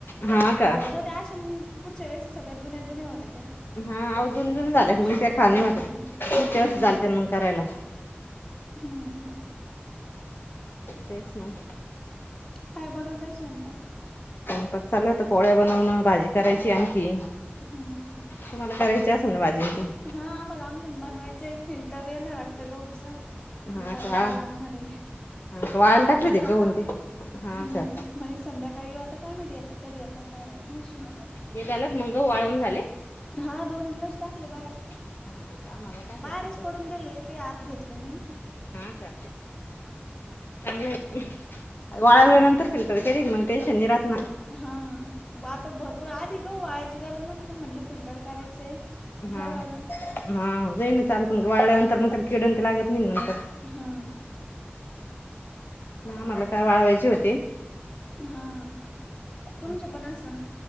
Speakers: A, on the left; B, on the left.
A: हा का
B: म्हटलं जाऊद्या अश्या मंग पुढच्या वेळेस सगळं जुन्या- जुन्या होतायेत.
A: हा अव जूनजून झाल्या त मग त्या
B: करून
A: खा नही
B: घेऊ
A: वाटत,
B: नवीन
A: पुढच्या
B: हम्म
A: वर्षी चालतीन म करायला.
B: हम्म,
A: तेच मग
B: काय बनवताय स्वयंपाक?
A: स्वयंपाक चालूय आता पोळ्या बनवणं भाजी करायची आणखी,
B: हा का
A: तुम्हाला करायची अस लं ना भाजी ते?
B: हा आम्हाला आणखीण बनवायचंय, फिल्टर येनार ये वाटतं गहुचं.
A: हा
B: फिल्टर
A: का
B: करावं
A: हा
B: लागणार ये,
A: का वाळायला
B: फोन
A: टाकले
B: केला
A: ते गहून
B: होता
A: ते हा
B: हम्म.
A: का
B: म्हणे संध्याकाळी येऊ, आता काय माहित कधी येतं काय येतं मशीन.
A: हे झालं का मंग गऊ वाळवून झाले?
B: हा दोन दिवस टाकले बाहेर.
A: हा का आम्हाला टाकायचे
B: बाहेरच
A: गहू
B: पडून
A: वाळायला
B: दिलेले काही आत घेतलेले नही.
A: हा का? कमी होतील, वाळल्या
B: हम्म
A: नंतर फिल् टर केली ना मंग टेनशन नही राहात ना.
B: हा मं आता बघु आधी गहु वाळायची गरज नव्हती, पण म्हटलं फिल्टर करायचं ते घ्या
A: हा
B: वाळुन ते
A: हा नैन चालतन म ग व वाळल्यानंतर म त्याल किडंत लागत नई नंतर
B: हा
A: आम्हाला काय वाळवायचे होते
B: हा
A: आत
B: च्यापण आसन